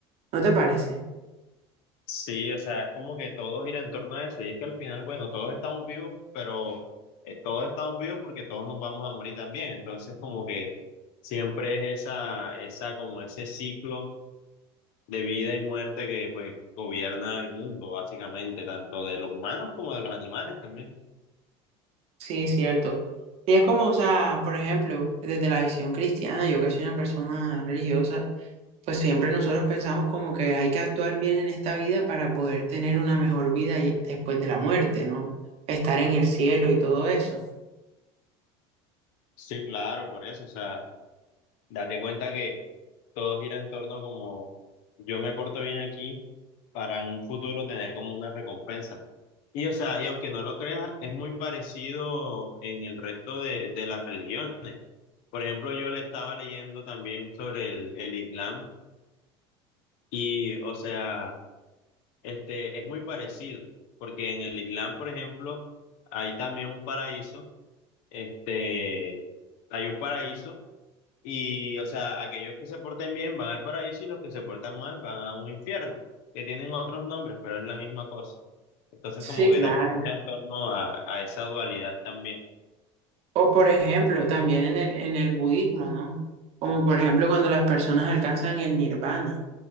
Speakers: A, on the right; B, on the left.
A: ¿No te parece?
B: Sí, o sea, es como que todo gira en torno a eso. Y es que al final, bueno, todos estamos vivos, pero eh, todos estamos vivos porque todos nos vamos a morir también. Entonces, como que siempre es esa, esa, como ese ciclo de vida y muerte que pues gobierna el mundo, básicamente, tanto de los humanos como de los animales también.
A: Sí, es cierto. Y es como, o sea, por ejemplo, desde la visión cristiana, yo que soy una persona religiosa, pues siempre nosotros pensamos como que hay que actuar bien en esta vida para poder tener una mejor vida y- después de la muerte, ¿no? Estar en el cielo y todo eso.
B: Sí, claro, por eso. O sea. Date cuenta que todo gira en torno como yo me porto bien aquí para en un futuro tener como una recompensa. Y o sea, y aunque no lo creas, es muy parecido en el resto de, de las religiones. Por ejemplo, yo le estaba leyendo también sobre el, el Islam y o sea, este es muy parecido, porque en el Islam, por ejemplo, hay también un paraíso, este, hay un paraíso y, o sea, aquellos que se porten bien van al paraíso y los que se portan mal van a un infierno, que tienen otros nombres, pero es la misma cosa. Entonces,
A: Sí,
B: como que
A: claro.
B: también gira en torno a, a esa dualidad también.
A: O por ejemplo, también en el, en el budismo, ¿no? Como por ejemplo cuando las personas alcanzan el nirvana,